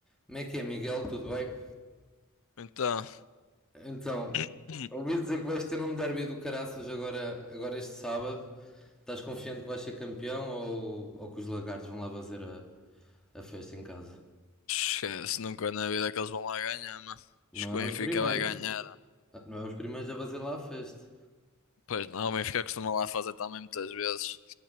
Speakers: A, in the centre; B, on the left.
A: Como é que é, Miguel? Tudo bem?
B: Então,
A: Então,
B: <clears throat>
A: ouvi dizer que vais ter um derby do Caraças agora, agora este sábado. Estás confiante que vais ser campeão ou, ou que os lagartos vão lá fazer a, a festa em casa?
B: esquece, nunca na vida que eles vão lá ganhar, mano.
A: Não
B: Acho
A: eram
B: que o Benfica
A: os primeiros.
B: vai ganhar.
A: Ah, Não é os primeiros a fazer lá a festa.
B: Pois não, o Benfica costuma lá fazer também muitas vezes.